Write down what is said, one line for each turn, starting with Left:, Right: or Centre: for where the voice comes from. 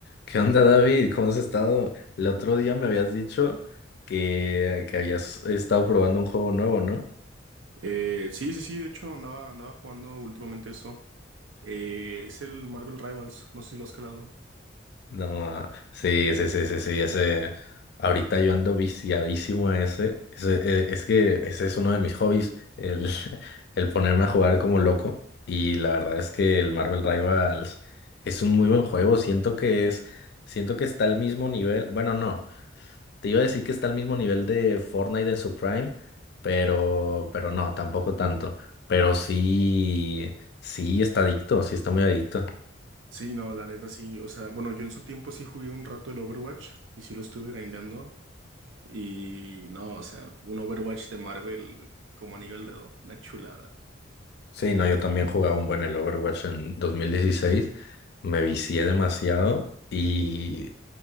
Left: ¿Qué onda, David? ¿Cómo has estado? El otro día me habías dicho que, que habías estado probando un juego nuevo, ¿no?
Right: Eh, sí, sí, sí, de hecho andaba, andaba jugando últimamente eso. Eh, es el Marvel Rivals, no sé si lo has calado.
Left: No, ah, sí, sí, sí, sí, sí, ese. Ahorita yo ando viciadísimo a ese. Ese, eh, es que ese es uno de mis hobbies, el, <laughs> el ponerme a jugar como loco. Y la verdad es que el Marvel Rivals es un muy buen juego. Siento que es, siento que está al mismo nivel. Bueno, no. Te iba a decir que está al mismo nivel de Fortnite en su prime, pero, pero no, tampoco tanto. Pero sí, sí está adicto, sí está muy adicto.
Right: Sí, no, la neta sí. O sea, bueno, yo en su tiempo sí jugué un rato el Overwatch y sí lo estuve grindando. Y no, o sea, un Overwatch de Marvel como anillo al dedo, una chulada.
Left: Sí, no, yo también jugaba un buen el Overwatch en 2016, me vicié demasiado y,